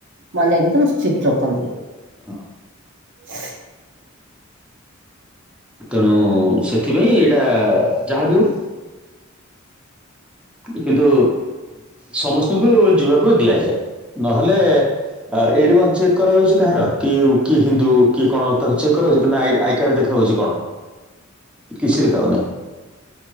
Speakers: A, on the right; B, in the centre.
A: ମାନେ ଏକଦମ ଷ୍ଟ୍ରିକଟ ରଖନ୍ତି।
B: ହଁ।
A: ହ
B: ତେଣୁ ସେଥିପାଇଁ ଏଇଟା ଯାହା ବି ହଉ କିନ୍ତୁ ସମସ୍ତଙ୍କୁ ଯିବାକୁ ଦିଆଯାଏ। ନହେଲେ ଆ ଏଇଠି କଣ ଚେକ୍ କରାଯାଉଛି କାହାର କି କିଏ ହିନ୍ଦୁ କିଏ କଣ ତାକୁ ଚେକ୍ କରାଉଛି କି ଆଇ କାର୍ଡ ଦେଖାାଯାଉଛି କଣ? କିଛି ଦେଖା ହଉନି